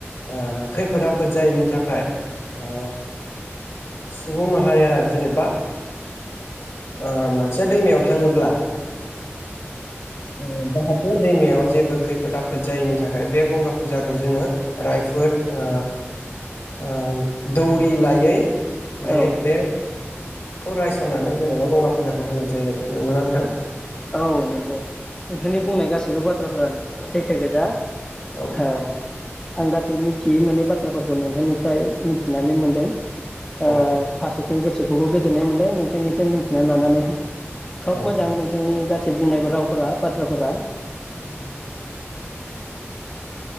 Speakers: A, on the left; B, on the left.
A: ओ खैफोद आफोद जायैनि थाखाय ओ सुबुं माहारिया जेनेबा ओ मानसिया दैमायाव थाङोब्ला ओ जाहाथे दैमायाव जेबो खैफोद आफोद जायैनि थाखाय बे गंगा फुजाखौ जोङो रायफोद ओ ओं दौरि लायै लायै
B: औ
A: बे खौ रायसननानै जेनेबा गंगा फुजाखौ होनाय जायो आरो नोंगौना नोंथां?
B: औ नोंगौ नोथांनि बुंनाय गासैबो बाथ्राफोरानो सैथो गोजा।
A: औ
B: हा। आं गासै मिथियै मोने बाथ्राफोरखौ नोंथांनिफ्राय मिन्थिनानै मोनदों। ओ
A: औ
B: फारसे जों गोसोखौबो गोजोननाय मोनदों नोंथांनिफ्राय मिन्थिना लानानै। खोब
A: औ
B: मोजां नों नि गासै बुंनायबो रावफोरा बाथ्राफोरा
A: उम